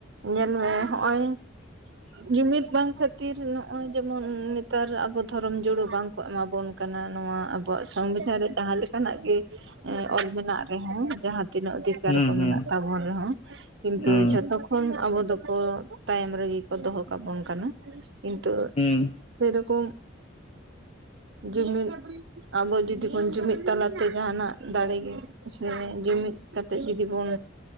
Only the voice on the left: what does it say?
ᱦᱩᱸ
ᱦᱩᱸ
ᱦᱩᱸ
ᱦᱩᱸ᱾